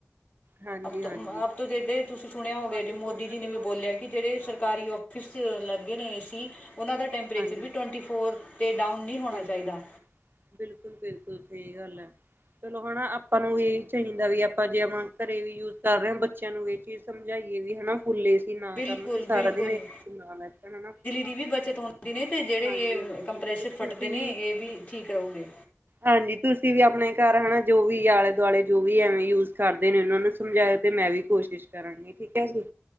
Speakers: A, on the right (about 50°); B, on the left (about 35°).
A: ਹਾਂਜੀ
B: ਅਬ ਤੋਂ
A: ਹਾਂਜੀ
B: ਅ ਅਬ ਤੋਂ <unintelligible> ਤੁਸੀਂ ਸੁਣੇਐ ਓ ਗਯਾ
A: ਪਰ
B: ਜੇ
A: ਦੇਖੋ
B: ਮੋਦੀ ਜੀ
A: ਨਾ
B: ਨੇ
A: ਚਲੋ
B: ਵੀ ਬੋਲੇਐ ਕਿ ਜੇੜੇ ਸਰਕਾਰੀ ਓਫਿ ਔਫਿਸ 'ਚ ਲੱਗ ਗੇ ਨੇ ਏ ਸੀ ਓਨਾਂ ਦਾ ਟੈਂਪਰੇਚਰ
A: ਹਾਂਜੀ
B: ਵੀ ਟਵੈਂਟੀ ਫੋਰ 'ਤੇ ਡਾਊਨ ਨੀ ਹੋਣਾ
A: ਬਿਲਕੁਲ
B: ਚਾਈਦਾ।
A: ਬਿਲਕੁਲ -ਬਿਲਕੁਲ ਸਹੀ ਗੱਲ ਹੈ ਚਲੋ ਹਣਾ ਅਪਾਂ ਨੂੰ ਵੀ ਇਹੀ ਚਾਹੀਦਾ ਵੀ ਆਪਾਂ ਜੇ <unintelligible> ਘੱਰੇ ਵੀ ਯੂਸ ਕਰ ਰਏ ਆ ਬੱਚੇਆਂ ਨੂੰ ਇਹ ਚੀਜ਼ ਸਮਝਾਈਏ ਵੀ ਹਨਾ, ਫੁੱਲ ਏਸੀ ਨਾ
B: ਬਿਲਕੁਲ
A: ਕਰਨ ਤੇ ਸਾਰਾ
B: ਬਿਲਕੁਲ
A: ਦਿਨ ਏਸੀ 'ਚ ਨਾ ਬੈਠਣ, ਹਨਾ
B: ਬਿਜਲੀ ਵੀ ਬੱਚਤ ਹੁੰਦੀ ਨੇ ਤੇ ਜਿਹੜੇ
A: ਹਾਂਜੀ
B: ਇਹ
A: ਹਾਂਜੀ
B: ਕੰਪ੍ਰੈਸ਼ਰ
A: ਬਿਲਕੁਲ
B: ਫਟਦੇ
A: ਤੁਸੀਂ
B: ਨੇ ਇਹ ਵੀ ਠੀਕ ਰਹੋਗੇ
A: ਹਾਂਜੀ ਤੁਸੀਂ ਵੀ ਆਪਣੇ ਘਰ ਹਨਾ ਜੋ ਵੀ ਆਲੇ ਦੁਆਲੇ ਜੋ ਵੀ ਐਵੇਂ ਯੂਜ ਕਰਦੇ ਨੇ ਉਹਨਾਂ ਨੂੰ ਸਮਝਾਯਾ ਤੇ ਮੈਂ ਵੀ ਕੋਸ਼ਿਸ਼ ਕਰਾਂਗੀ ਠੀਕ ਐ ਜੀ,